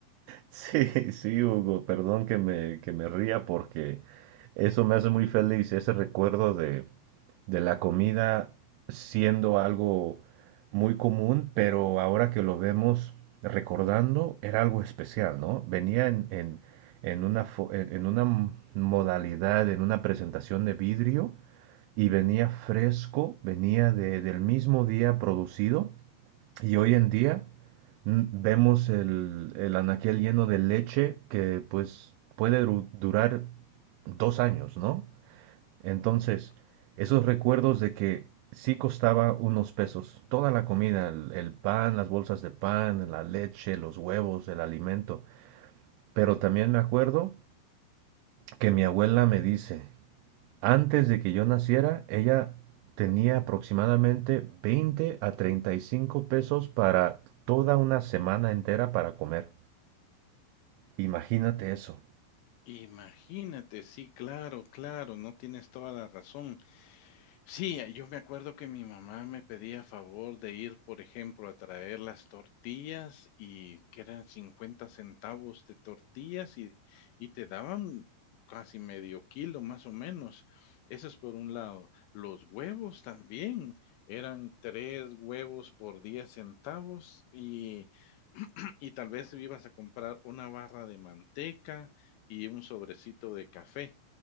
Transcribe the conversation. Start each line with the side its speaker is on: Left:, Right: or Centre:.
Right: Sí, sí, Hugo, perdón que me, que me ría porque eso me hace muy feliz, ese recuerdo de, de la comida siendo algo muy común, pero ahora que lo vemos recordando, era algo especial, ¿no? Venía en, en, en una, fo- en en una modalidad, en una presentación de vidrio y venía fresco, venía de- del mismo día producido y hoy en día mm, vemos el, el anaquel lleno de leche que pues puede du- durar dos años, ¿no? Entonces,
Left: Mm.
Right: esos recuerdos de que sí costaba unos pesos, toda la comida, el, el pan, las bolsas de pan, la leche, los huevos, el alimento, pero también me acuerdo que mi abuela me dice, antes de que yo naciera, ella tenía aproximadamente 20 a 35 pesos para toda una semana entera para comer. Imagínate eso.
Left: Imagínate, sí, claro, claro, no tienes toda la razón. Sí, eh, yo me acuerdo que mi mamá me pedía favor de ir, por ejemplo, a traer las tortillas y que eran 50 centavos de tortillas y, y te daban casi medio kilo más o menos. Eso es por un lado. Los huevos también eran tres huevos por 10 centavos y, <clears throat> y tal vez ibas a comprar una barra de manteca y un sobrecito de café.